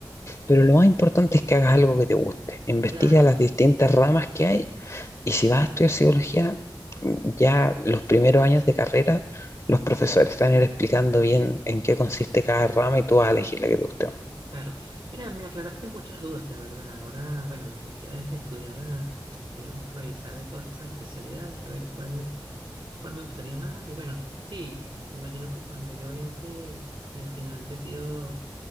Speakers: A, on the left; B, on the right.
A: Pero
B: Bien,
A: lo más importante es que hagas algo que te guste. Investiga
B: claro,
A: las distintas ramas que hay y si vas a estudiar psicología, mm, ya los primeros años de carrera, los profesores están explicando bien en qué consiste cada rama y tú vas a elegir la que te guste. más.
B: claro. Mira, me aclaraste muchas dudas, la verdad. Ahora, bueno, lo que me queda es estudiar, ah, digamos, revisar de todas esas especialidades, a ver cuál, cuál me gustaría más. Y bueno, sí, me imagino que cuando yo entre, si al final decido